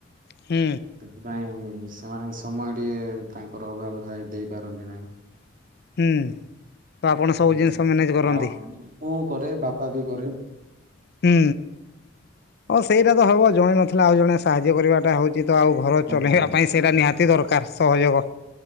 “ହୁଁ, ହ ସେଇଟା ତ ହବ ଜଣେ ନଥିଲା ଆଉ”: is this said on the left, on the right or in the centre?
Left